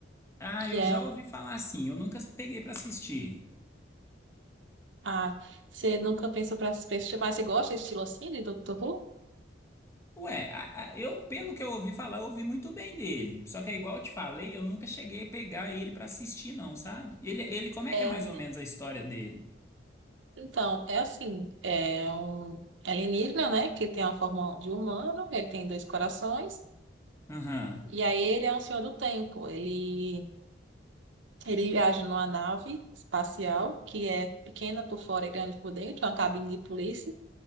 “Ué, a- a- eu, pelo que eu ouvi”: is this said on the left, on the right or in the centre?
Left